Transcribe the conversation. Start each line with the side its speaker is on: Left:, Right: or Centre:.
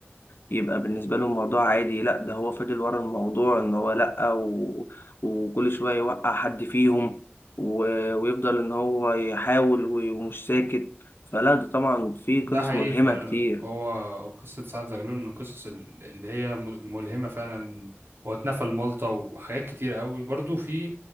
Left: يبقى بالنسبه له الموضوع عادي لا ده هو فضل ورا الموضوع ان هو لا و... وكل شويه يوقع حد فيهم و... ويفضل ان هو يحاول و- ومش ساكت فلا ده طبعا في
Right: ده
Left: قصص
Right: حقيقي
Left: ملهمه
Right: فعلا
Left: كتير
Right: هو قصة سعد زغلول من القصص ال- اللي هي م- ملهمة فعلا هو اتنفى لمالطا وحاجات كتير قوي برضو في